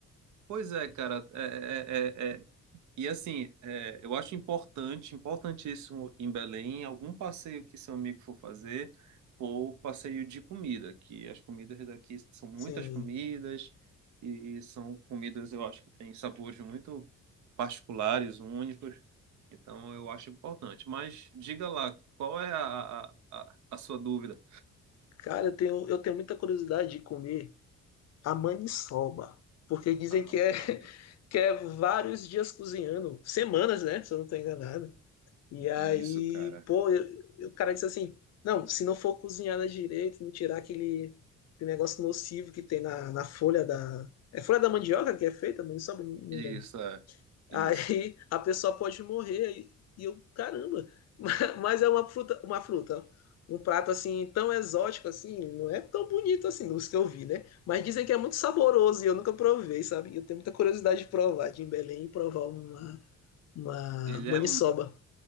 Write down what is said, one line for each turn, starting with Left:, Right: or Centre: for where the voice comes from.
Right: pois é, cara, é, é, é, é, E assim, é, eu acho importante, importantíssimo em Belém, algum passeio que seu amigo for fazer, for passeio de comida, que as comidas daqui são muitas
Left: Sim.
Right: comidas e são comidas, eu acho que têm sabores muito particulares, únicos. Então eu acho importante. Mas diga lá, qual é a, a, a a sua dúvida?
Left: Cara, eu tenho, eu tenho muita curiosidade de comer a maniçoba, porque dizem
Right: Ah,
Left: que é,
Right: pode
Left: <laughs>
Right: crer.
Left: que é vários dias cozinhando, semanas, né? Se eu não estou enganado. E aí,
Right: Isso, cara.
Left: pô, eu- eu- o cara disse assim: não, se não for cozinhada direito, não tirar aquele, aquele negócio nocivo que tem na, na folha da. É folha da mandioca que é feita? Não me sabe, não
Right: Isso,
Left: lembro.
Right: é. Isso.
Left: Aí a pessoa pode morrer e e eu, caramba, <laughs> mas é uma fruta, uma fruta, um prato assim tão exótico assim, não é tão bonito assim, dos que eu vi, né? Mas dizem que é muito saboroso e eu nunca provei, sabe? Eu tenho muita curiosidade de provar, de ir em Belém e provar uma uma
Right: Ele
Left: maniçoba.
Right: é.